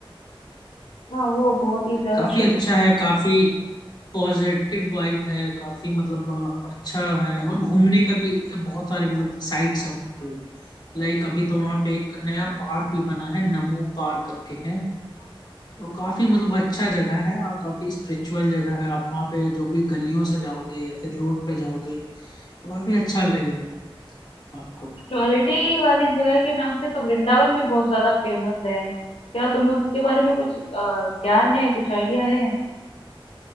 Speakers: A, on the left; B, on the left.
A: हाँ वो बहुत ही ज्यादा
B: काफी
A: शुद्ध
B: अच्छा
A: है
B: है काफी पॉजिटिव वाइब है काफी मतलब अ, अच्छा है और घूमने का भी बहुत सारे मतलब साइट्स हैं वहाँ लाइक अभी तो वहां पे एक नया पार्क भी बना है नमो पार्क करके है तो काफी मतलब अच्छा जगह है और काफी स्पिरिचुअल जगह है आप वहाँ पे जो भी गलियों से जाओगे या फिर रोड पे जाओगे तो काफी अच्छा लगेगा वहाँ पे आपको
A: क्वालिटी वाली जगह के नाम पे तो वृंदावन भी बहुत ज्यादा फेमस है क्या तुम्हें उसके बारे में कुछ अ, ज्ञान है कुछ आइडिया है